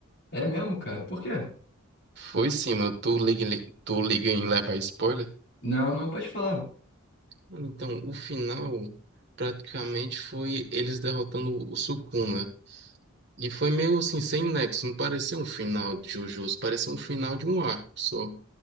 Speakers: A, on the left; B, on the right.
A: É, é mesmo, cara. Por quê?
B: Foi sim, mano. Tu liga, em- tu liga em levar spoiler?
A: Não, não pode falar.
B: Mano, Então, o final praticamente foi eles derrotando o Sukuna. E foi meio assim, sem nexo. Não parecia um final de Jujutsu, parecia um final de um arco só.